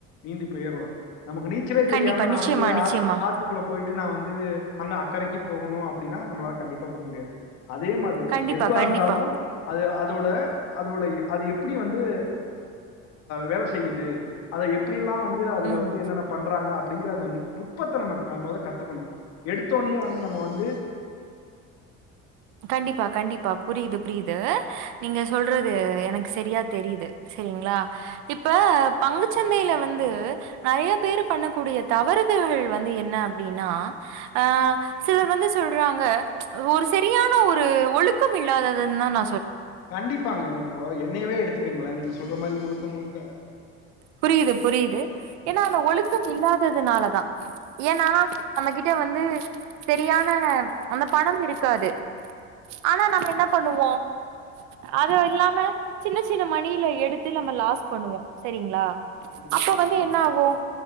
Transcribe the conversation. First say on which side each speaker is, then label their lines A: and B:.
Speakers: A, on the left; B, on the right.
A: நீந்தி போயிடலாம் நமக்கு நீச்சலே தெரியாம
B: கண்டிப்பா
A: நான்
B: நிச்சயமா
A: வந்து
B: நிச்சயமா
A: ஆத் ஆத்துக்குள்ள போயி ட்டு நான் வந்து அங்க அக்கறைக்கு போகணு அப்படின்னா நம்மளா கண்டிப்பா போக முடியாது அதே மாதிரிதான்
B: கண்டிப்பா
A: எதுவா
B: கண்டிப்பா
A: இருந்தாலும் அது அதோட அதோட அது எப்படி வந்து வேல செய்யுது அதை எப்படிலாம் வந்து அது அதுல
B: ம்
A: வந்து என்னென்ன பண்றாங்க அப் அப்படிங்கிற அந்த நுட்பத்த நம்ம மொத கத்துக்கணும் எடுத்தோனையே வந்து நம்ம வந்து
B: கண்டிப்பா கண்டி ப்ப புரியுது புரியுது நீங்க சொல்றது எனக்கு சரியா தெரியுது சரிங்களா இப்ப பங்குச்சந்தையில வந்து நிறைய பேரு பண்ணக்கூடிய தவறுவுகள் வந்து என்ன அப்படின்னா ஆஹ சிலர் வந்து சொல்றாங்க ஒரு சரியான ஒரு ஒழுக்கம் இல்லாததுதான் நான்
A: கண்டிப்பாங்க இப்போ என்னையவே எடுத்துக் இருங்களே நீங்க சொல்ற மாதிரி முழுக்க முழுக்க
B: புரியுது புரியுது ஏன்னா அந்த ஒழுக்கம் இல்லாததுனாலதான் ஏன்னா நம்ம கிட்ட வந்து சரியான அந்த பணம் இருக்காது ஆனா நம்ம என்ன பண்ணுவோம் அது இல்லாம சின்ன சின்ன மணில எடுத்து நம்ம லாஸ் பண்ணுவோம் சரிங்களா
A: கண்டிப்பா
B: அப்ப
A: கண்டிப்பாங்க
B: வந்து என்ன ஆகும்